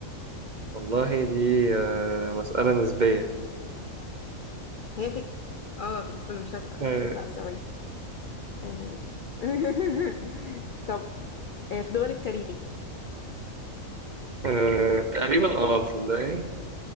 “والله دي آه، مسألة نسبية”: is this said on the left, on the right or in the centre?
Right